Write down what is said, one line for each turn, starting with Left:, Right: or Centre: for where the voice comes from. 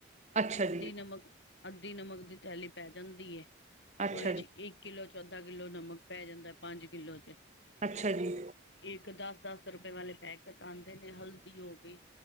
Right: ਅੱਛਾ ਜੀ
Left: ਅੱਧੀ ਨਮਕ-ਅੱਧੀ ਨਮਕ ਦੀ ਥੈਲੀ ਪੈ ਜਾਂਦੀ ਐ
Right: ਅੱਛਾ
Left: ਓਦੇ'ਚ
Right: ਜੀ
Left: ਇੱਕ ਕਿੱਲੋ 'ਚ ਅੱਧਾ ਕਿੱਲੋ ਨਮਕ ਪੈ ਜਾਂਦੈ, ਪੰਜ ਕਿੱਲੋ ਤੇ
Right: ਅੱਛਾ ਜੀ
Left: ਇੱਕ ਦਸ-ਦਸ ਰੁਪਏ ਵਾਲੇ ਪੈਕਟ ਆਂਦੇ ਨੇ ਹਲਦੀ ਹੋ ਗਈ